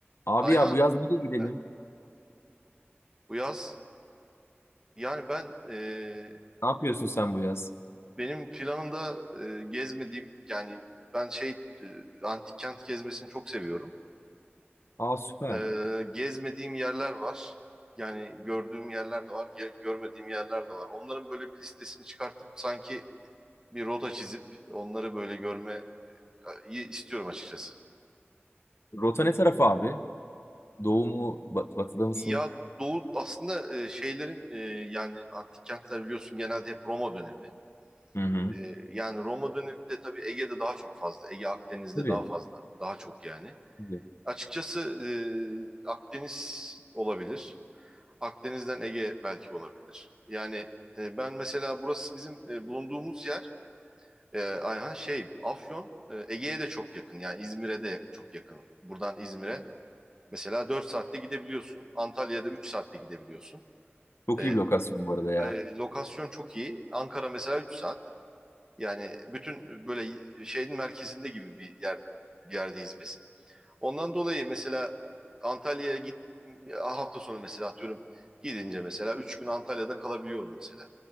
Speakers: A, on the left; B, on the right.
A: Abi
B: Ayhan,
A: ya bu yaz nereye gidelim?
B: heh, bu yaz yani ben e,
A: Ne yapıyorsun sen bu yaz?
B: benim planımda e, gezmediğim yani ben şey e, antik kent gezmesini çok seviyorum.
A: Aa süper.
B: E, gezmediğim yerler var. Yani gördüğüm yerler de var, ge- görmediğim yerler de var. Onların böyle bir listesini çıkartıp sanki bir rota çizip onları böyle görmeyi istiyorum açıkçası.
A: Rota ne tarafı abi? Doğu mu? ba- batıda mısın?
B: Ya Doğu aslında e, şeylerin e, yani antik kentler biliyorsun genelde hep Roma dönemi.
A: Hı hı.
B: E, yani Roma dönemi bir de tabii Ege'de daha çok fazla. Ege Akdeniz'de
A: Tabii.
B: daha fazla. Daha çok yani.
A: tabii.
B: Açıkçası e, Akdeniz olabilir. Akdeniz'den Ege belki olabilir. Yani e, ben mesela burası bizim e, bulunduğumuz yer e, Ayhan şey Afyon e, Ege'ye de çok yakın. Yani İzmir'e de çok yakın. Buradan İzmir'e mesela 4 saatte gidebiliyorsun. Antalya'da 3 saatte gidebiliyorsun.
A: Çok
B: E,
A: iyi bir lokasyon bu arada ya.
B: e, lokasyon çok iyi. Ankara mesela 3 saat. Yani bütün böyle şeyin merkezinde gibi bir yer bir yerdeyiz biz. Ondan dolayı mesela Antalya'ya git hafta sonu mesela atıyorum gidince mesela 3 gün Antalya'da kalabiliyorum mesela.